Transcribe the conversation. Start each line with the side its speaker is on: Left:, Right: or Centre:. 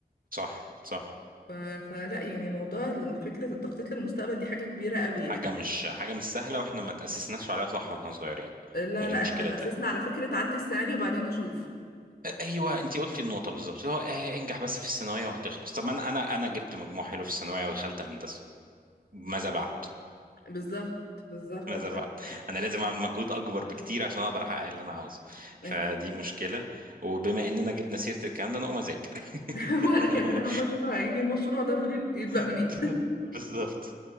Right: صح صح
Left: ف... فلا يعني موضوع ال- فكره التخطيط للمستقبل دي حاجه كبيره قوي
Right: حاجة
Left: يعني
Right: مش حاجة مش سهلة واحنا ما تأسسناش عليها صح واحنا صغيرين
Left: لا
Right: ودي
Left: لا
Right: مشكلة
Left: احنا اتأسسنا
Right: تانية
Left: على فكره عدي السنه دي وبعدين نشوف
Right: ايوه انت قلتي النقطه بالظبط اللي هو آه انجح بس في الثانويه وهتخلص طب ما انا انا انا جبت مجموع حلو في الثانويه ودخلت هندسه ماذا بعد
Left: بالظبط بالظبط
Right: <laughs> ماذا
Left: ف...
Right: بعد انا لازم اعمل مجهود اكبر بكتير عشان اقدر احقق اللي انا عاوزه فدي
Left: أكيد.
Right: مشكله وبما اننا جبنا سيره الكلام ده انا اقوم اذاكر
Left: <laughs>
Right: <laughs>
Left: وانا
Right: انا
Left: كمان
Right: اقوم
Left: انا اول ما اشوف عيني المشروع ده المفروض يتبقى
Right: <laughs>
Left: منين
Right: بالظبط